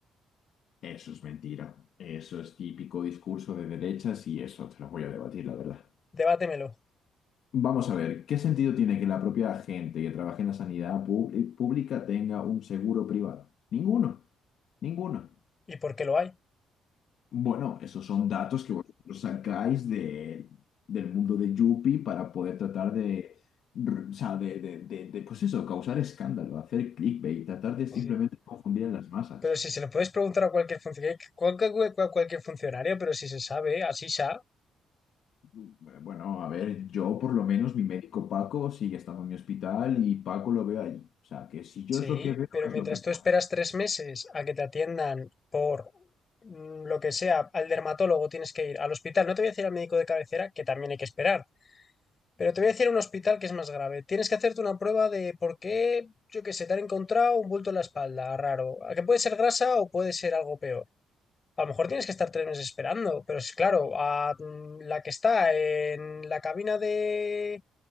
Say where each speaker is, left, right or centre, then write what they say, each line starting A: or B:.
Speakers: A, on the left (about 70°); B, on the left (about 35°).
A: Eso es mentira. Eso es típico discurso de derechas y eso te lo voy a debatir, la verdad.
B: Debátemelo.
A: Vamos a ver, ¿qué sentido tiene que la propia gente que trabaja en la sanidad públi- pública tenga un seguro privado? Ninguno, ninguno.
B: ¿Y por qué lo hay?
A: Bueno, esos son datos que vosotros sacáis de- del mundo de Yuppie para poder tratar de, r- o sea, de, de- de- de, pues eso, causar escándalo, hacer clickbait, tratar de
B: Sí,
A: simplemente
B: sí.
A: confundir a las masas.
B: Pero si se lo puedes preguntar a cualquier funcionario, cualquier, cualquier funcionario, pero si se sabe, así sea.
A: Bueno, bueno, a ver, yo por lo menos, mi médico Paco sigue estando en mi hospital y Paco lo veo allí. O sea, que si yo
B: Sí,
A: es lo que veo,
B: pero
A: es
B: mientras
A: lo que veo.
B: tú esperas tres meses a que te atiendan por mm, lo que sea, al dermatólogo tienes que ir al hospital. No te voy a decir al médico de cabecera, que también hay que esperar, pero te voy a decir a un hospital que es más grave. Tienes que hacerte una prueba de por qué, yo qué sé, te han encontrado un bulto en la espalda, raro. A Que puede ser grasa o puede ser algo peor. A lo mejor tienes que estar tres meses esperando, pero es claro, a mm, la que está en la cabina de